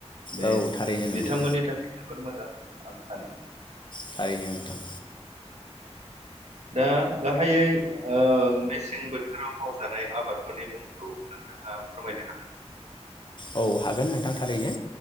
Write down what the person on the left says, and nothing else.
औ थारैनो नंगौ
थारैनो नोंथां
औ हागोन नोंथां। थारैनो